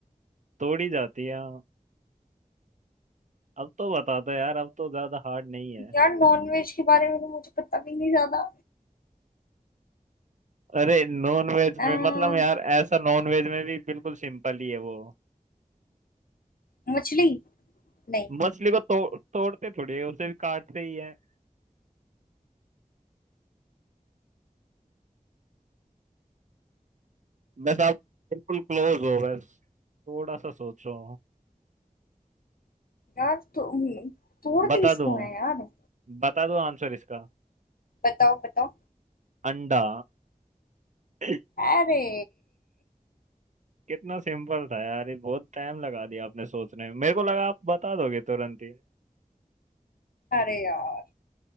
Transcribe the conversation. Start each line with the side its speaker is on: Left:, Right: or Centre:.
Right: तोड़ी जाती है हाँ। अब तो बता दो यार अब तो ज्यादा हार्ड नहीं है
Left: यार नॉनवेज के बारे में तो मुझे पता भी नहीं ज्यादा
Right: अरे नॉन वेज
Left: अह,
Right: में मतलब यार ऐसा नॉन वेज में भी बिल्कुल सिंपल ही है वो
Left: मछली नहीं
Right: मछली को तो, तोड़ते थोड़ी है उसे भी काटते ही है बस आप बिल्कुल क्लोज हो बस थोड़ा सा सोचो
Left: यार तो हम्म, तोड़ते
Right: बता
Left: किसको
Right: दो
Left: है यार
Right: बता दो आंसर इसका
Left: बताओ बताओ
Right: अंडा <laughs>
Left: अरे
Right: कितना सिंपल था यार ये बहुत टाइम लगा दिया आपने सोचने में मेरे को लगा आप बता दोगे तुरंत ही
Left: अरे यार